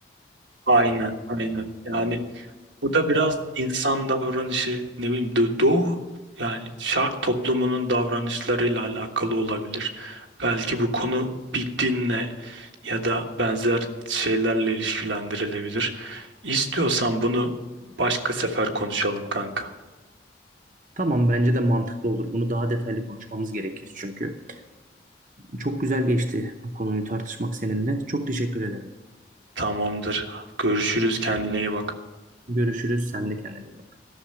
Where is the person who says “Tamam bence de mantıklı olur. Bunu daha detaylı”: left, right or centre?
Right